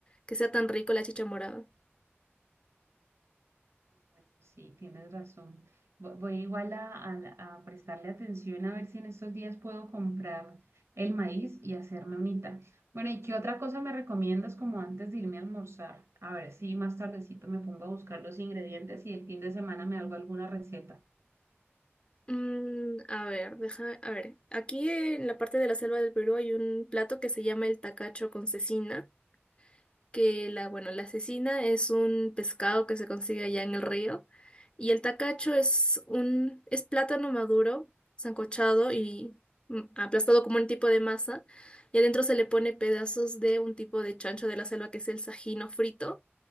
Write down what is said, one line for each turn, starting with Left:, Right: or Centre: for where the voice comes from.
Left: que sea tan rico la chicha morada.
Right: Bueno, sí, tienes razón. Vo- Voy igual a, a- a prestarle atención a ver si en estos días puedo comprar el maíz y hacerme unita. Bueno, ¿y qué otra cosa me recomiendas como antes de irme a almorzar? A ver si más tardecito me pongo a buscar los ingredientes y el fin de semana me hago alguna receta.
Left: Mm, a ver, deja, a ver, aquí en la parte de la selva del Perú hay un plato que se llama el tacacho con cecina. que la, bueno, la cecina es un pescado que se consigue allá en el río y el tacacho es un es plátano maduro, sancochado y mm, aplastado como un tipo de masa y adentro se le pone pedazos de un tipo de chancho de la selva que es el sajino frito.